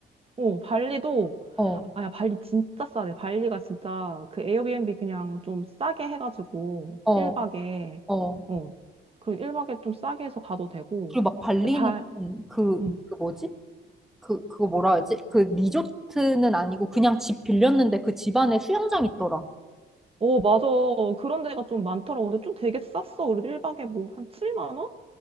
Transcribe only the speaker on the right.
어, 발리도,
아, 야, 발리 진짜 싸네. 발리가 진짜 그 에어비앤비 그냥 좀 싸게 해가지고,
1박에,
어, 그리고 일박에 좀 싸게 해서 가도 되고.
근데 발,
음.
어, 맞아. 그런 데가 좀 많더라고. 근데 좀 되게 쌌어. 우리 1박에 뭐 한 7만 원?